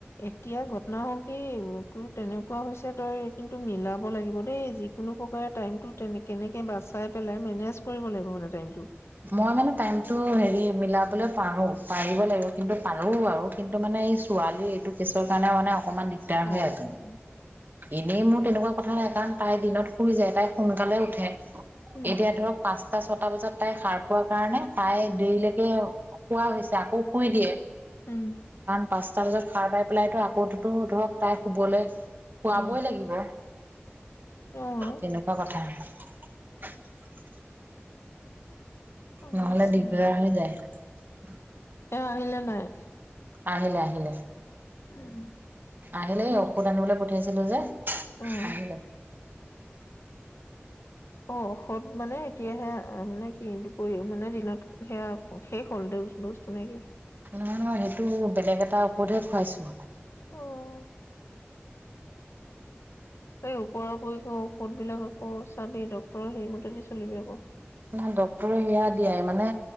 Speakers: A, on the left; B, on the right.
A: এতিয়া ঘটনা হ'ল কি তোৰ তেনেকুৱা হৈছে তই কিন্তু মিলাব লাগিব দেই যিকোনো প্ৰকাৰে টাইমতটো তেনে কেনেকে বাচাই পেলাই মেনেজ কৰিব লাগিব মানে টাইমটো
B: মই মানে টাইমতটো হেৰি মিলাবলৈ পাৰো পাৰিব লাগিব কিন্তু পাৰো আৰু কিন্তু মানে এই ছোৱালী এইটো কেছৰ কাৰণে মানে অকমান দিগদাৰ
A: অ',
B: হৈ আজ
A: অ'।
B: এনেই মোৰ তেনেকুৱা কথা নাই কাৰণ তাই দিনত শুৰি যায় তাই সোনকালে উঠে
A: উম
B: এতিয়া ধৰক পাঁচ টা ছটা বজাত তাই সাৰ পোৱা কাৰণে তাই দেৰিলৈকে শুবা হৈছে আকৌ শুই দিয়ে
A: উম।
B: পচতা‌ বজাত সাৰ পাই পেলাইতো আকৌতো ধৰক তাই শুবলৈ শুৱাবই
A: উম
B: লাগিব
A: আহ।
B: তেনেকুৱা <unintelligible>
A: সমস্যা
B: নহলে দিগদাৰ হয় যায়।
A: এ আহিলে নাই
B: আহিল আহিল
A: উম
B: আহিলেই ঔষধ আনিবলৈ পঠিয়াইছিলো যে।
A: অ',
B: আহিলে
A: অ ঔষধ মানে এতিয়াহে মানে কি, দুপৰী মানে দিনত সেয়া শেষ হ'ল দে <unintelligible> নে কি।
B: নহয় নহয়, সেইটো বেলেগ এটা ঔষধহে খুৱাইছো। <inaudible> <inaudible>
A: অ', এই ওপৰা উপৰি কৈ ঔষধ বিলাকত অ চাবি ডক্তৰৰ সেই মতেদি চলিবি আকৌ।
B: নহয় ডক্তৰে সেয়া দিয়াই মানে,